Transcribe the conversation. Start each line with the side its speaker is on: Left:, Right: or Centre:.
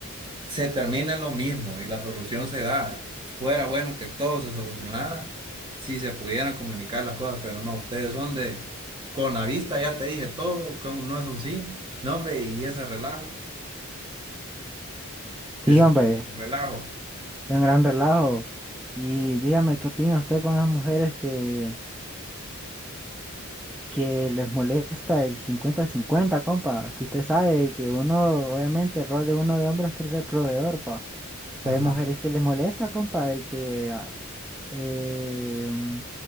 Right: se termina en lo mismo y la solución se da. Si Fuera bueno que todo se solucionara si se pudieran comunicar las cosas, pero no, ustedes son de con la vista ya te dije todo, que no es un sí, no, hombre, y ese relajo, es
Centre: Sí, hombre,
Right: un relajo.
Centre: es un gran relajo. Y dígame, ¿qué opina usted con las mujeres que... que les molesta el cincuenta-cincuenta, compa, que usted sabe que uno, obviamente, el rol de uno de hombre es por ser proveedor, pa, pero
Right: Ajá.
Centre: hay mujeres que les molesta, compa, de que, ah, eh, mm,